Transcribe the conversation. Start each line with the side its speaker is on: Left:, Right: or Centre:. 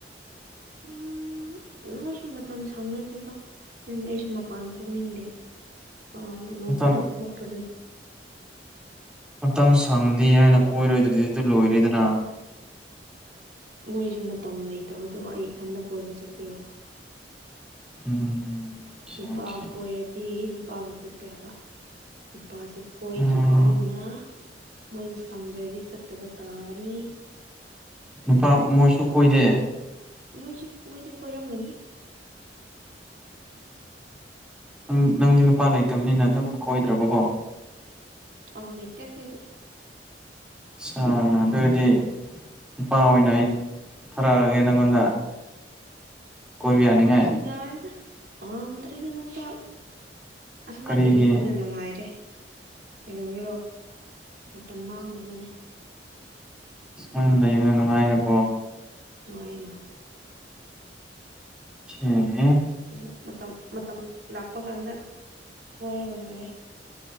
Right: ꯎꯝ ꯃꯣꯏꯁꯨ ꯃꯇꯝ ꯁꯪꯅꯗꯦꯗ ꯑꯗꯨ ꯑꯩꯁꯨ ꯃꯄꯥꯟ ꯊꯣꯛꯅꯤꯡꯗꯦ ꯑꯥ ꯅꯣꯡ
Centre: ꯃꯇꯝ
Right: ꯐꯥꯗꯣꯛ ꯊꯣꯛꯄꯗꯨꯅꯤ
Centre: ꯃꯇꯝ ꯁꯪꯗꯦ ꯍꯥꯏꯅ ꯀꯣꯏꯔꯣꯏꯗꯗꯤ ꯑꯗꯨ ꯂꯣꯏꯔꯦꯗꯅ
Right: ꯃꯣꯏꯁꯨ ꯃꯇꯝ ꯂꯩꯇꯕꯗꯨꯕꯨ ꯑꯩ ꯏꯊꯟꯇ ꯀꯣꯏꯕ ꯆꯠꯀꯦꯔꯣ
Centre: ꯎꯝ
Right: ꯅꯨꯄꯥ
Centre: ꯑꯣꯀꯦ
Right: ꯀꯣꯏꯔꯗꯤ ꯅꯨꯄꯥꯒ ꯆꯠꯄ ꯌꯥꯕ ꯅꯨꯄꯥꯁꯨ ꯀꯣꯏꯗ꯭ꯔꯤꯕꯅꯤꯅ
Centre: ꯑꯣ
Right: ꯃꯣꯏ ꯁꯪꯗ꯭ꯔꯗꯤ ꯆꯠ ꯇꯕ ꯇꯥꯕꯅꯤ
Centre: ꯅꯨꯄꯥ ꯃꯣꯏꯁꯨ ꯀꯣꯏꯗꯦ
Right: ꯃꯣꯏꯁꯨ ꯃꯣꯏꯗꯤ ꯀꯣꯏꯔꯝꯒꯅꯤ
Centre: ꯑꯪ ꯅꯪꯗꯤ ꯅꯨꯄꯥ ꯂꯩꯇꯕꯅꯤꯅ ꯑꯗꯨꯝ ꯀꯣꯏꯗ꯭ꯔꯕꯀꯣ
Right: ꯑꯥꯎ ꯂꯩꯩꯇ ꯀꯣꯏꯗꯦ
Centre: ꯑ ꯑꯗꯨꯔꯗꯤ ꯅꯨꯨꯄꯥ ꯑꯣꯏꯅ ꯑꯩ ꯊꯥꯔꯛꯑꯒꯦ ꯅꯪꯉꯣꯟꯗ ꯀꯣꯏꯕ
Right: ꯊꯔꯛꯑꯁꯨ
Centre: ꯌꯥꯅꯤꯡꯉꯥꯏ
Right: ꯌꯥꯏꯗ ꯄꯥꯝꯗ꯭ꯔꯦꯗ ꯅꯨꯄꯥ ꯑꯁꯨꯃꯥꯏꯅ
Centre: ꯀꯔꯤꯒꯤ
Right: ꯂꯩꯕꯅ ꯅꯨꯡꯉꯥꯏꯔꯦ ꯀꯩꯗꯧꯕꯤꯔꯣ ꯃꯇꯝ ꯃꯥꯡꯅꯕꯅꯦ
Centre: ꯑꯨꯃꯥꯏꯅ ꯂꯩꯕꯅ ꯅꯨꯡꯉꯥꯏꯔꯕꯣ
Right: ꯅꯨꯡꯉꯥꯏꯅ
Centre: ꯑꯦ
Right: ꯑꯗ ꯃꯇꯝ ꯃꯇꯝ ꯂꯥꯛꯄ ꯀꯥꯟꯗ ꯀꯣꯏꯔꯒ ꯂꯣꯏꯔꯦ